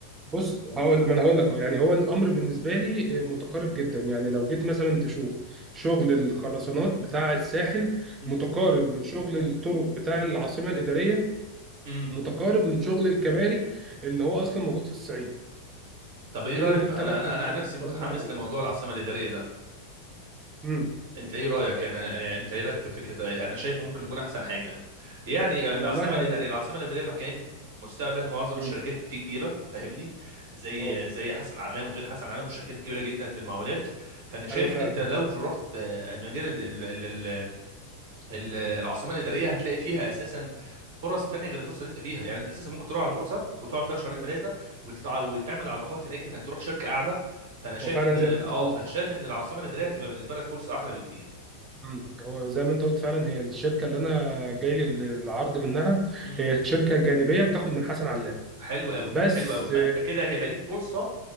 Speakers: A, on the right (about 20°); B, on the right (about 55°).
A: بص هقول ما انا هقول لك أهو، يعني هو الامر بالنسبه لي آه، متقارب جدا يعني لو جيت مثلا تشوف شغل الخرسانات بتاع الساحل
B: امم
A: متقارب من شغل الطرق بتاع العاصمه الاداريه
B: امم
A: متقارب من شغل الكباري اللي هو اصلا موجود في الصعيد
B: طب ايه
A: دول
B: رايك
A: دي الثلاث
B: انا انا
A: الثلاث
B: انا عن نفسي
A: الفروقات
B: متحمس
A: اللي عندي
B: لموضوع العاصمه الاداريه ده
A: امم
B: انت ايه رايك انا يعني انت ايه رايك في فكره انا شايفه ممكن يكون احسن حاجه يعني
A: والله
B: العاصمه
A: هقول
B: الاداريه العاصمه الاداريه مكان مستقبل معظم
A: امم
B: الشركات اللي فيه كبيره فاهمني زي
A: اه
B: زي حسن علام وغير حسن علام والشركات الكبيره جدا في المقاولات فانا شايف
A: ايوه فعلا
B: ان انت لو رحت آه، المدينه ال- ال- ال- ال- العاصمه الاداريه هتلاقي فيها اساسا فرص تانية غير الفرصه اللي انت فيها يعني انت اساسا ممكن تروح على فرصه وتقعد فيها شهرين
A: امم
B: ثلاثه وتتع... وتعمل علاقات هناك انك تروح شركه اعلى فانا شايف
A: هو فعلا
B: ان
A: زي ما
B: اه
A: انت قلت
B: فانا شايف ان العاصمه الاداريه هتبقى بالنسبه لك فرصه احلى بكتير
A: امم هو زي ما انت قلت فعلا هي الشركه اللي انا جاي لي العرض منها
B: مم.
A: هي شركه جانبيه بتاخد من حسن علاء
B: حلو قوي
A: بس
B: حلو قوي ما انت كده هيبقى ليك فرصه